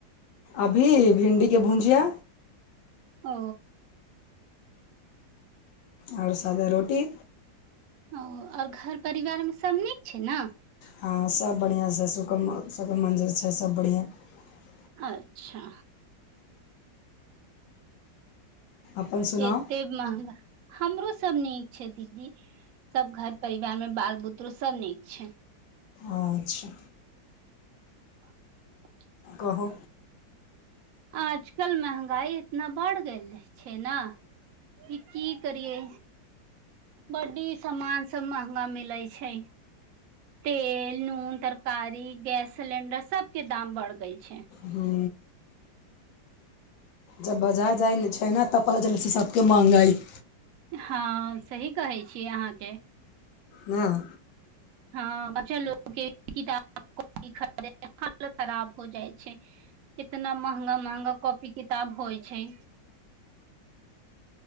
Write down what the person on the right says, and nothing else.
ओ
ओ और घर परिवारमे सब नीक छै ने
अच्छा
एते महगा हमरो सब नीक छै दीदी सब घर परिवार मे बाल बुतरू सब नीक छै
<inaudible>
आजकल महंगाई इतना बढ़ गेल छै ने कि की करिए बड्डी सामान सब महंगा मिलै छै तेल नून तरकारी गैस सिलेंडर सब के दाम बढ़ गई छै
हँ सही कहै छीय अहाँके
हँ बच्चा लोग के किताब कौपी खरिदय मे भारत खराब हो जाइ छै कितना महंगा महंगा कॉपी किताब होइ छै